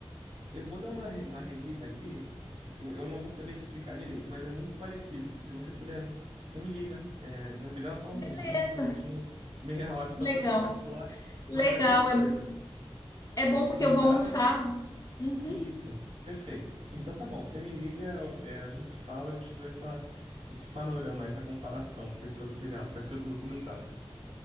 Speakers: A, on the right (about 70°); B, on the left (about 35°).
A: Eu vou dar uma, re- uma relida aqui. Eu, eu não vou saber te explicar direito, mas é muito parecido. Se você puder, você me liga. É, mas me dá só uns
B: Beleza,
A: 20 minutinhos, <laughs> meia hora, só
B: legal.
A: para recapitular.
B: Legal,
A: Mas é a mesma coisa.
B: é, é
A: É
B: bom
A: documentário.
B: porque eu vou almoçar. Uhum.
A: Isso, perfeito. Então tá bom, você me liga, é, a gente se fala, eu te dou essa, esse panorama, essa comparação com esse outro seriado, com esse outro documentário.